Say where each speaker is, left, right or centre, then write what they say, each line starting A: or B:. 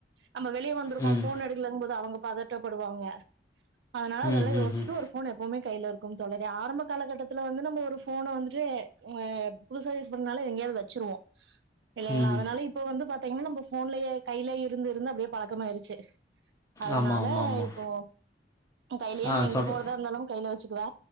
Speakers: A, on the right; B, on the left.
A: நம்ம வெளியே வந்துருக்கோம்
B: ம் ம்
A: போன் எடுக்லங் போது அவங்க பதட்டப்படுவாங்க அதனால
B: ம்,
A: அதெல்லா
B: ம்,
A: யோஸ்ட்டு
B: ம்.
A: ஒரு போன் எப்பவுமே கைல இருக்கும் தோழரே ஆரம்ப காலகட்டத்துல வந்து ரும்ப ஒரு ஃபோன வந்துட்டு ஏ புதுசா யூஸ் பண்ணாலே எங்யாவது வச்சிருவோ இல்லைங்களா
B: ம்.
A: அதனால இப்ப வந்து பாத்தீங்கன்னா நம்ம போன்லயே கையிலய இருந்துருந்து அப்டியே பழக்கமாயயிருச்சு அதனால
B: ஆமா, ஆமா, ஆமா.
A: இப்போ கையிலயே
B: ஆ
A: நான் எங்க
B: சொல்ற
A: போறதா இருந்தாலும் கையில வச்சுக்குவே